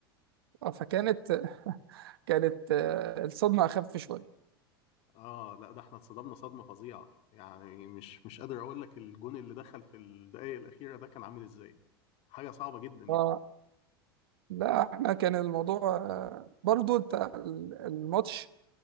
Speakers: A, on the right; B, on the left.
A: آه، فكانت كانت آه، الصدمة أخف شوية
B: اه لا ده احنا اتصدمنا صدمه فظيعه يعني مش مش قادر اقول لك الجون اللي دخل في الدقائق الاخيره ده كان عامل ازاي حاجه صعبه جدا يعني
A: اه لا احنا كان الموضوع آه، برضو انت ال- الماتش